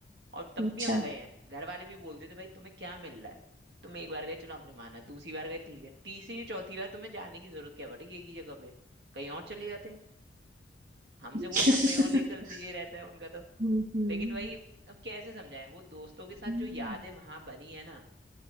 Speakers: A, on the right (about 60°); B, on the right (about 45°).
A: और तब
B: अच्छा
A: भी हम गए हैं घर वाले भी बोलते थे भाई तुम्हें क्या मिल रहा है तुम एक बार गए चलो हमने माना दूसरी बार गए ठीक है तीसरी चौथी बार तुम्हें जाने की जरूरत क्या पड़ी एक ही जगह पे कहीं और चले जाते हमसे
B: <laughs>
A: बोलते हम कहीं और ले चलते ये रहता है उनका तो
B: हम्म हम्म
A: लेकिन वही अब कैसे समझाएं वो दोस्तों के साथ
B: हुँ,
A: जो यादें वहां बनी है ना